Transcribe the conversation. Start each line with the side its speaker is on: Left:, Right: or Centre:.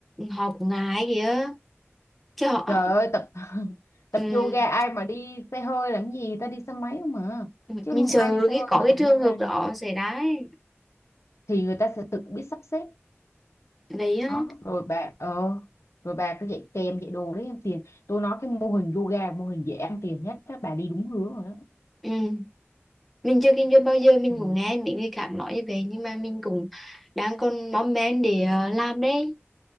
Centre: họ cũng ngại kìa chứ họ
Left: trời ơi tập <laughs> tập
Centre: ừ
Left: yoga ai mà đi xe hơi làm gì ta đi xe máy không mà chứ
Centre: mình
Left: không
Centre: sợ
Left: ai đi xe
Centre: cái
Left: hơi
Centre: có
Left: mà
Centre: cái
Left: tập
Centre: trường
Left: yoga
Centre: hợp
Left: đâu
Centre: đó xảy ra ấy.
Left: thì người ta sẽ tự biết sắp xếp
Centre: vậy á
Left: đó rồi bà ờ rồi bà cứ dạy kèm dạy đồ đấy em tiền tôi nói cái mô hình yoga mô hình dễ ăn tiền nhất đó, bà đi đúng hướng rồi đó
Centre: ừ. mình chưa kinh doanh bao giờ mình
Left: ừ.
Centre: cũng nghe mấy người khác nói như vậy nhưng mà mình cũng đang còn mong men để ờ, làm đấy